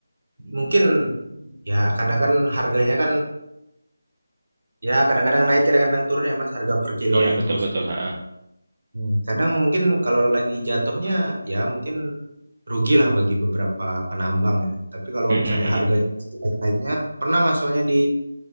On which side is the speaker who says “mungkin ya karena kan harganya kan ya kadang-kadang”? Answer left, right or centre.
Right